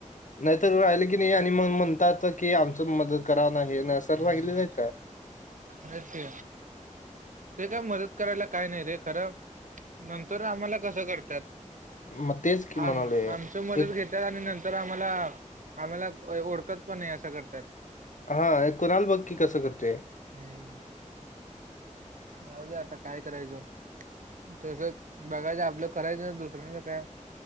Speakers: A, on the left; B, on the right.
A: नाही त राहिलं की नाही आणि म म्हणतात की आमच मदत करा, नाही हे नाय, सर
B: हम्म
A: सांगितलं नाय का?
B: तेच की, ते काय मदत करायला, काय नाही रे खरं नंतर आम्हाला कसं करत्यात,
A: मग तेच की म्हणालोय
B: आ आमच मदत
A: एक
B: घेत त आणि नंतर आम्हाला, आम्हाला ओळखत पण नाही, असं करत्यात
A: हा, कुणाल बघ की कसं करतोय?
B: हम्म राहू दे आता, काय करायचं, तसं बघायच आपलं करायचं, दुसऱ्यांच काय,